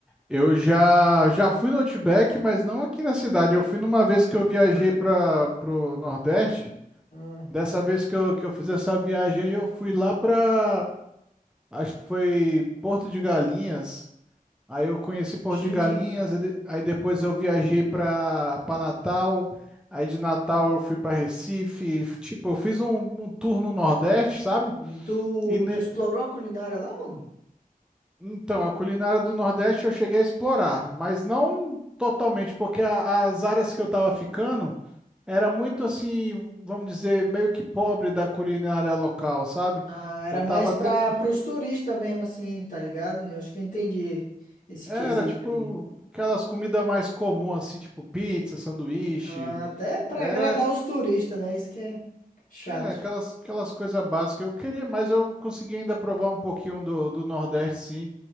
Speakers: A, in the centre; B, on the left (about 60°).
A: eu já já fui no Outback, mas não aqui na cidade. Eu fui numa vez que eu viajei para pro Nordeste.
B: Ah,
A: Dessa vez que eu, que eu fiz essa viagem aí, eu fui lá pra. Acho que foi Porto de Galinhas. Aí eu conheci Porto
B: chique,
A: de Galinhas,
B: hein?
A: aí de- aí depois eu viajei para Natal, aí de Natal eu fui para Recife, tipo, eu fiz um, um tour no Nordeste, sabe?
B: Hum, Tu,
A: E ne-
B: tu explorou a culinária lá, mano?
A: Então, a culinária do Nordeste eu cheguei a explorar, mas não totalmente, porque a- as áreas que eu estava ficando era muito assim, vamos dizer, meio que pobre da culinária local, sabe?
B: Ah, era
A: Eu
B: mais
A: tava
B: pra,
A: tendo,
B: pros turistas mesmo, assim, tá ligado? Eu acho que eu entendi esse
A: era
B: quesito
A: tipo
B: aí.
A: aquelas comidas mais comuns, assim, tipo pizza, sanduíche,
B: Ah, Até pra
A: era
B: agradar os turistas, né? Isso que é chato.
A: É, aquelas, aquelas coisas básicas. Eu queria, mas eu consegui ainda provar um pouquinho do, do Nordeste, sim.